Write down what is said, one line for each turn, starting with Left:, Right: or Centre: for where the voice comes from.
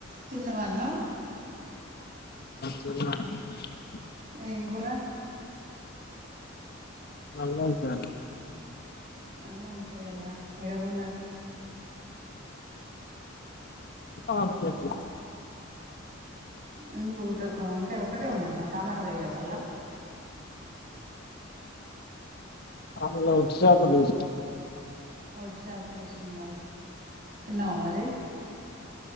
Right: తిన్నవ అన్న
Left: <unintelligible>
Right: ఎం గూర
Left: నల్ల ఒంకయిల్
Right: నల్ల ఒంకయిలా ఏడ గొన్నారు
Left: పంపియట్ల
Right: ఎందుకు ఉట్ ఒక వంకయిల్ ఒకటే ఒందిరా టమాటాలు వేయలేదల్లా
Left: అందులో ఒట్టి చాపలు వేస్
Right: ఒట్టి చాపలేషిందా తిన్నావా మరి